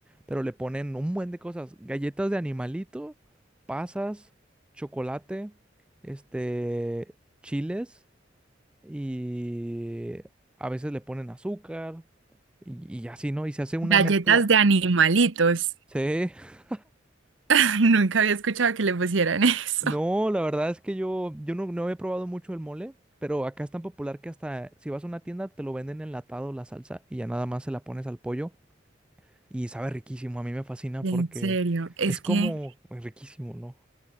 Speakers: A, in the centre; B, on the right.
A: pero le ponen un buen de cosas, galletas de animalito, pasas, chocolate, este, chiles y a veces le ponen azúcar y, y así, ¿no? Y se hace una
B: Galletas
A: mezcla.
B: de animalitos.
A: Sí, <laughs>
B: <laughs> Nunca había escuchado que le pusieran <laughs> eso.
A: no, la verdad es que yo, yo no, no he probado mucho el mole, pero acá es tan popular que hasta si vas a una tienda te lo venden enlatado la salsa y ya nada más se la pones al pollo y sabe riquísimo. A mí me fascina
B: En
A: porque
B: serio, es
A: es
B: que
A: como pues, riquísimo, ¿no?